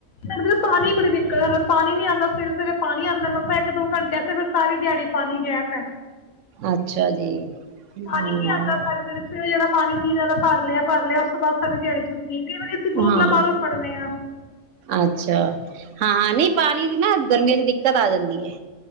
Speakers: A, on the left; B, on the right.
A: ਸਾਡ ਪਾਣੀ ਬੜੀ ਦਿੱਕਤ ਆ ਪਾਣੀ ਨੀ ਆਂ ਸਵੇਰੇ ਸਵੇਰੇ ਪਾਣੀ ਆਉਂਦਾ ਮਸ ਇੱਕ ਦੋ ਘੰਟੇੇ ਫਿਰ ਸਾਰੀ ਦਿਹਾੜੀ ਪਾਣੀ ਗੈਪ ਹੈ
B: ਅੱਛਾ ਜੀ ਹੂੰ,
A: ਪਾਣੀ ਨੀ ਆਉਂਦਾ ਸੂੰ ਜਿਹੜਾ ਪਾਣੀ ਪੀਣ ਵਾਲ ਭਰ ਲਿਆ ਭਰ ਲਿਆ ਉਸ ਤੋਂ ਬਾਅਦ ਸਾਰੀ ਦਿਹਾੜੀ ਛੁੱਟੀ ਕਈ ਵਾਰੀ ਅਸੀਂ ਬੋਤਲਾਂ
B: ਹਾਂ
A: ਬਾਹਰੋਂ ਫੜਨੇ ਆ
B: ਅੱਛਾ ਹਾਂ ਨ ਪਾਣੀ ਦੀ ਨਾ ਗਰਮੀਆਂ ਚ ਦਿੱਕਤ ਆ ਜਾਂਦੀ ਹੈ